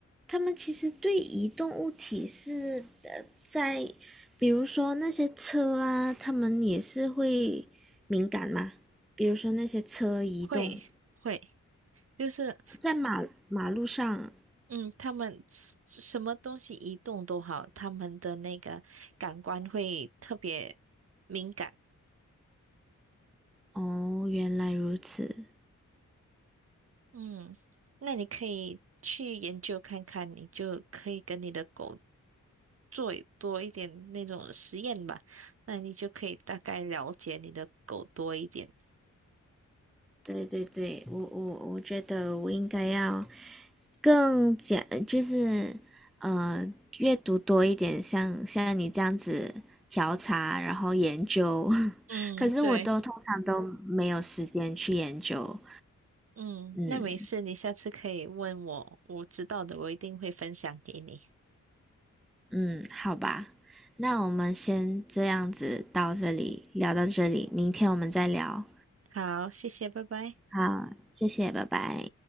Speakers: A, in the centre; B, on the right.
A: 他们其实对移动物体是呃，在比如说那些车啊，他们也是会敏感嘛。比如说那些车移动
B: 会会，就是
A: 在马马路上，
B: 嗯，他们什什么东西移动都好，他们的那个感官会特别敏感。
A: 哦，原来如此。
B: 嗯，那你可以去研究看看，你就可以跟你的狗做一多一点那种实验吧，那你就可以大概了解你的狗多一点。
A: 对对对，我我我觉得我应该要更讲，就是呃，阅读多一点，像像你这样子调查，然后研究。<laughs>
B: 嗯，
A: 可是我都通常都没有时间去研究。
B: 对，嗯，
A: 嗯
B: 那没事，你下次可以问我，我知道的，我一定会分享给你。
A: 嗯，好吧，那我们先这样子到这里，聊到这里，明天我们再聊。
B: 好，谢谢，拜拜。
A: 好，谢谢，拜拜。